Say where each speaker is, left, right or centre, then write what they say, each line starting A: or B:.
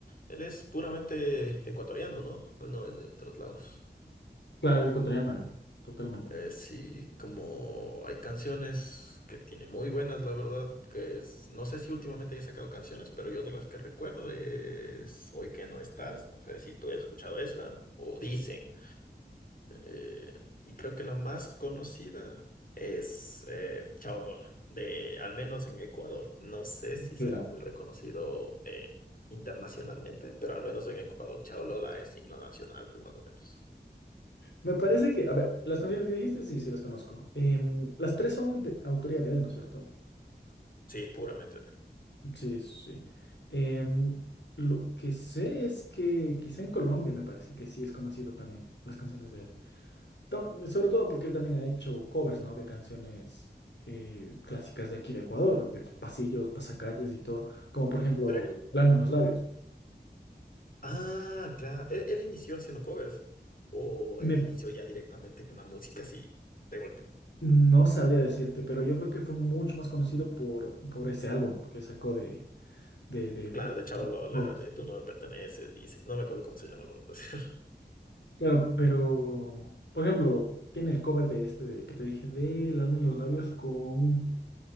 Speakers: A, on the left; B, on the left.
A: Él es puramente ecuatoriano, ¿no? Él No es de otros lados.
B: Claro, es ecuatoriano él, totalmente.
A: Eh, sí, como hay canciones que tiene muy buenas, la verdad, que es, no sé si últimamente haya sacado canciones, pero yo de las que recuerdo es Hoy que no estás, no sé si tú has escuchado esa, o Dicen. Eh, y creo que la más conocida es eh, Chao Lola, de al menos en Ecuador. No sé si
B: Claro.
A: será muy reconocido eh, internacionalmente, pero al menos en Ecuador Chao Lola es himno nacional, pues más o menos.
B: Me parece que, a ver, las canciones que dijiste, sí, sí las conozco. Em, las tres son de autoría de él, ¿no es cierto?
A: Sí, puramente de él.
B: Sí, sí. Em, lo que sé es que quizá en Colombia me parece que sí es conocido también las canciones de él. to- Sobre todo porque él también ha hecho covers, ¿no? De canciones eh, clásicas de aquí de Ecuador, de pasillos, pasacalles y todo, como por ejemplo,
A: Pero él,
B: Alma en los labios.
A: ah, claro, él, él inició haciendo covers o
B: Me,
A: él inició ya directamente con la música así de golpe.
B: no sabría decirte, pero yo creo que fue mucho más conocido por, por ese álbum que sacó de, de, de- de
A: Claro, de Chao Lola,
B: covers.
A: de Tú no me perteneces, dice. No me acuerdo cómo se llama la verdad. <laughs>
B: Claro, pero, por ejemplo, tiene el cover de este de, que te dije, del Alma en los labios con,